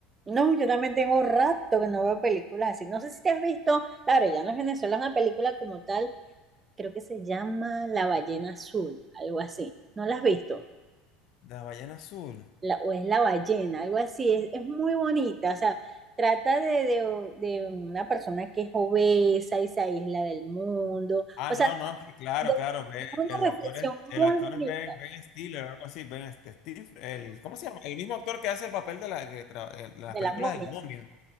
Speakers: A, on the right (about 25°); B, on the left (about 60°).
A: No, yo también tengo rato que no veo películas así. No sé si te has visto, claro, ya no es Venezuela, es una película como tal, creo que se llama La ballena azul, algo así. ¿No la has visto?
B: La ballena azul.
A: La- o es La ballena, algo así. Es, es muy bonita, o sea, trata de, de, de una persona que es obesa y se aísla del mundo.
B: Ah,
A: O
B: no,
A: sea,
B: no, sí, claro,
A: de,
B: claro. Ben-
A: de una
B: el actor
A: reflexión
B: es,
A: muy
B: el actor
A: bonita
B: es Ben, Ben Stiller, algo así. Ben este, Steve, el, ¿cómo se llama? El mismo actor que hace el papel de, la, que tra- el- de las
A: de
B: películas
A: la momia,
B: del momio.